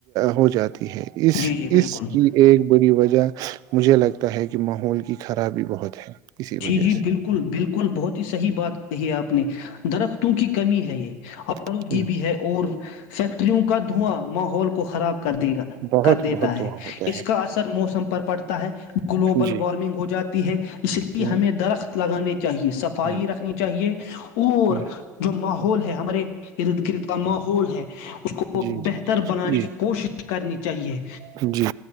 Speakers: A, on the right; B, on the left.
A: ہو جاتا <unintelligible> ہے اس
B: جی جی بالکل
A: اس کی ایک بڑی وجہ <unintelligible> مجھے لگتا ہے کہ ماحول کی خرابی بہت ہے <unintelligible>
B: جی
A: وجہ
B: جی بالکل بالکل بہت ہی صحیح بات کہی ہے آپ نے درخت تو کی کمی ہے یہ <unintelligible> آلو
A: سے
B: جی بھی ہے اور <unintelligible> فیکٹریوں کا دھواں ماحول کو خراب کیا کر دے گا
A: بہت
B: کر دیتا
A: بہت
B: ہے
A: دعا ہوتا
B: اس
A: ہے
B: کا اثر موسم پر پڑتا ہے گلوبل
A: جی
B: وارمنگ ہو جاتی <unintelligible> ہے ج <unintelligible>
A: ہوں،
B: ہمیں درخت لگانے کے چاہیے صفائی
A: ہاں
B: رکھنی چاہیے اور
A: ہوں،
B: جو ماحول <unintelligible> گول ہے ہمارے <unintelligible> ارد گرد کا ماحول ہے <inaudible>
A: جی جی
B: بہتر
A: جی جی
B: بنانے کی
A: جی
B: کوشش کرنی چاہیے
A: جی جی